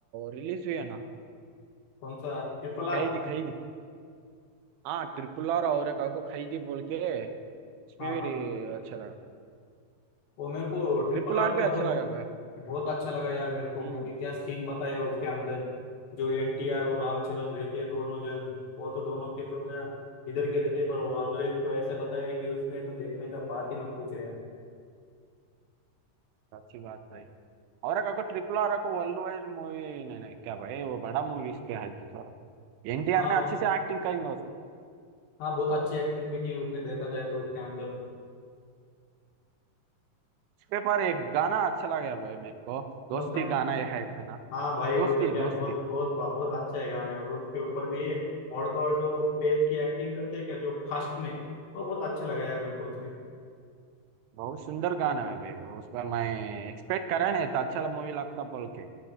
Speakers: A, on the right (about 85°); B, on the left (about 80°).
A: रिलीज हुई है ना
B: कौन सा ट्रिपल
A: खैदी
B: आर
A: खैदी हाँ ट्रिपल आर और एक को खाई थी बोल के इसमें
B: हाँ
A: भी
B: हाँ
A: रे-
B: हाँ
A: अच्छा लगा
B: वो मेरे को ट्रिपल
A: ट्रिपल
B: आर
A: आर भी
B: तो बहुत
A: अच्छा लगा भाई
B: बहुत अच्छा लगा यार मेरे को
A: हम्म
B: मूवी क्या सीन बताया उसके अंदर जो एनटीआर और रामचरण रहते हैं दोनों जन वो तो दोनों के तो क्या इधर के रहते हैं, पर वो अंग्रेज तो ऐसे बताया है कि उसमें तो देखने का बात ही मत पूछे यार
A: अच्छी बात भाई और एक को ट्रिपल आर को वर्ल्ड वाइड मूवी नहीं नहीं क्या भाई वो बड़ा मूवी इस पे है तो सर एनटीआर
B: हाँ
A: ने अच्छे
B: और-
A: से एक्टिंग करी ना उस
B: हाँ बहुत अच्छी एक्टिंग भी की उसने देखा जाए तो उसके अंदर
A: पे पर एक गाना अच्छा लगा भाई मेरे को
B: कौन
A: दोस्ती
B: सा
A: गाना ये है है ना
B: हाँ भाई
A: दोस्ती
B: वो तो क्या
A: दोस्ती
B: बहुत बहुत बहुत अच्छा है गाना है और उसके ऊपर भी है और तो और जो पैर की एक्टिंग करते हैं क्या जो फास्ट में तो बहुत अच्छा लगा यार मेरे को उसमें
A: बहुत सुंदर गाना है भाई वो उस पर मैं एक्सपेक्ट करा नहीं था अच्छा मूवी लगता बोल के